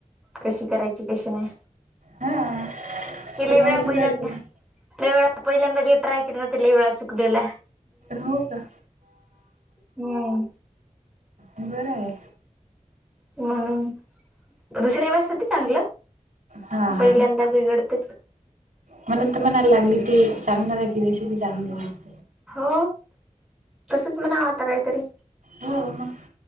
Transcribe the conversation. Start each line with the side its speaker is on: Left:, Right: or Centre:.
Centre: कशी करायची कशी नाही
Right: हा. त्याच्यामुळे
Centre: <inaudible> लय वेळा
Right: बिघडते
Centre: पहिल्यांदा
Right: मग
Centre: लय वेळा पहिल्यांदा जे ट्राय के ते लय वेळा चुकलेलाय
Right: हो का
Centre: हम्म
Right: <inaudible> बरं आहे
Centre: म्हणून दुसऱ्यावेळेस होते चांगलं
Right: हा
Centre: पहिल्यांदा बिघडतेच
Right: म्हणूनच तर म्हणायला लागली ती की सांगणार याची रेसिपी चांगली नसते
Centre: हो तसच म्हणा आता काहीतरी
Right: हो मग